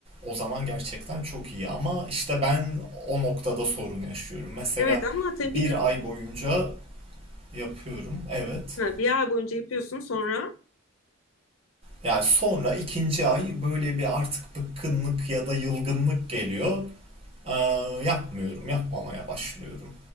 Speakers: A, on the right; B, on the left.
A: o zaman gerçekten çok iyi. Ama işte ben o noktada sorun yaşıyorum. Mesela
B: Evet ama tabii
A: bir ay boyunca yapıyorum. Evet.
B: Ha, bir ay boyunca yapıyorsun sonra
A: Yani sonra ikinci ay böyle bir artık bıkkınlık ya da yılgınlık geliyor. Ee, yapmıyorum, yapmamaya başlıyorum.